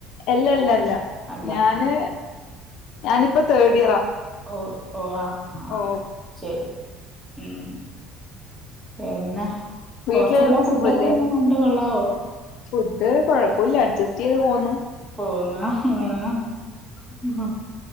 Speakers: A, on the left; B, on the right.
A: എല്ലല്ലല്ല
B: അല്ല
A: ഞാന്
B: ആഹ്
A: ഞാനിപ്പ തേർഡ് ഇയറാ
B: ഓ ഓ ആഹ് ആഹ്
A: ഓ
B: ശരി ഉം പിന്നെ
A: വീട്ടിലെല്ലാർക്കും
B: ഹോസ്റ്റലിലെ ഫുഡൊക്കെ
A: സുഖല്ലേ
B: എങ്ങനെ ഉണ്ട് കൊള്ളാവോ
A: ഫുഡ് കൊഴപ്പുല്ല അഡ്ജസ്റ്റ് ചെയ്ത് പോന്നു
B: പോന്നു ആഹ്